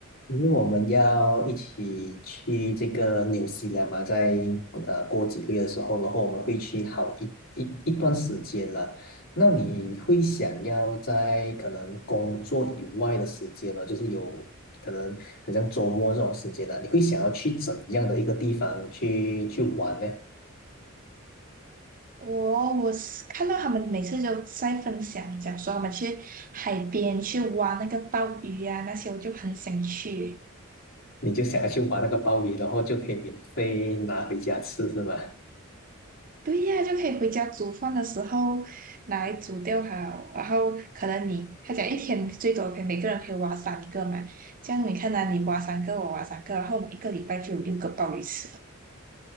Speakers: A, on the left; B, on the right.
A: 因为我们要一起去这个纽西兰嘛，在呃过几个月的时候，然后我们会去好一一一段时间了。那你会想要在可能工作以外的时间呢，就是有可能很像周末这种时间呢、你会想要去怎样的一个地方去去玩呢？
B: 我我是看到他们每次都在分享，讲说他们去海边去挖那个鲍鱼啊，那些我就很想去。
A: 你就想要去玩那个鲍鱼，然后就可以免费拿回家吃，是吗？
B: 对呀、就可以回家煮饭的时候拿来煮掉它，然后可能你他讲一天最多可以每个人可以挖三个嘛，这样你看啊，你挖三个，我挖三个，然后我们一个礼拜就有六个鲍鱼吃了。